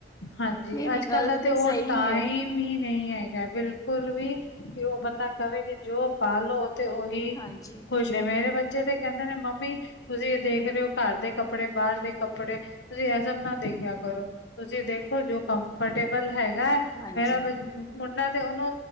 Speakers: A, on the left; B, on the left.
A: ਹਾਂਜੀ
B: ਨਹੀਂ ਨਹੀਂ
A: ਅੱਜ ਕੱਲ
B: ਗੱਲ
A: ਦਾ ਤੇ ਉਹ
B: ਸਹੀ
A: ਟਾਈਮ
B: ਹੈ
A: ਹੀ ਨਹੀਂ ਹੈਗਾ ਬਿਲਕੁਲ ਵੀ ਕਿ ਉਹ ਬੰਦਾ ਕਵੇ ਕਿ ਜੋ ਪਾਾਲੋ ਤੇ ਉਹੀ
B: ਹਾਂਜੀ
A: ਖੁਸ਼ ਮੇਰੇ ਬੱਚੇ ਤੇ ਕਹਿੰਦੇ ਨੇ ਮੰਮੀ ਤੁਸੀਂ ਦੇਖ ਰਹੇ ਹੋ ਘਰ ਦੇ ਕੱਪੜੇ ਬਾਹਰ ਦੇ ਕੱਪੜੇ ਤੁਸੀਂ ਇਹ ਸਭ ਨਾ ਦੇਖਿਆ ਕਰੋ ਤੁਸੀਂ ਦੇਖੋ ਜੋ ਕੰਫਰਟੇਬਲ ਹੈਗਾ ਹੈ
B: ਹਾਂਜੀ
A: ਮੇਰਾ ਮੁੰਡੇ ਉਹਨੂੰ